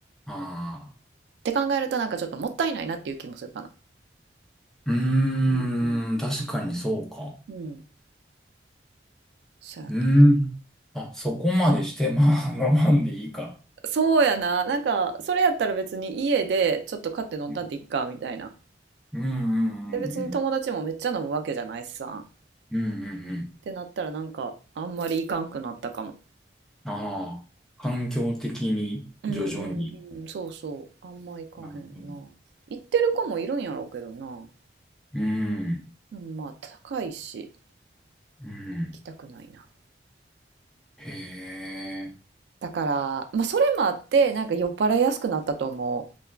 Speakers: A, in the centre; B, on the right.
A: ああ、
B: って考えるとなんかちょっともったいないなっていう気もするかな。
A: うーん、
B: うんうん。
A: 確かにそうか。
B: うん。そうやな。
A: うーん。あ、そこまでして、まあ、我慢でいいか。
B: そうやな。なんか、それやったら別に家でちょっと買って飲んだんでいっか、
A: うん、
B: みたいな。
A: うん、うん、
B: で、別に友達もめっちゃ飲むわけじゃないしさ。っ
A: うん、うん、うんうん。
B: てなったらなんか、あんまりいかんくなったかも。
A: ああ、環境的に、
B: うんうんうん、
A: 徐々に。
B: そうそう。あんまいかへんな。
A: なるほど。
B: 行ってる子もいるんやろうけどな。
A: うん、
B: でもまあ、高いし、
A: うん。
B: 行きたくないな。
A: へえ。
B: だから、まあ、それもあって、なんか酔っ払いやすくなったと思う。